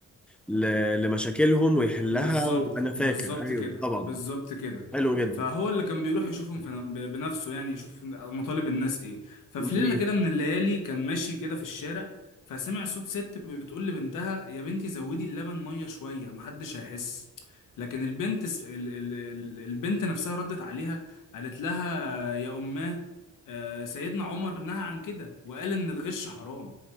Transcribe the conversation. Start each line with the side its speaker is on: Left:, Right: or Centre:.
Centre: ل... لمشاكلهم ويحلها
Left: بالظبط
Centre: وانا فاكر
Left: بالظبط
Centre: ايوه
Left: كده
Centre: طبعا
Left: بالظبط كده
Centre: حلو جدا
Left: فهو اللي كان بيروح يشوفهم في ب- بنفسه يعني يشوف مطالب الناس ايه ففي
Centre: جميل
Left: ليلة كده من الليالي كان ماشي كده في الشارع فسمع صوت ست بتقول لبنتها يا بنتي زودي اللبن مية شوية محدش هيحس لكن البنت س- ال- ال- ال- البنت نفسها ردت عليها قالت لها يا أماه آه، سيدنا عمر نهى عن كده وقال إن الغش حرام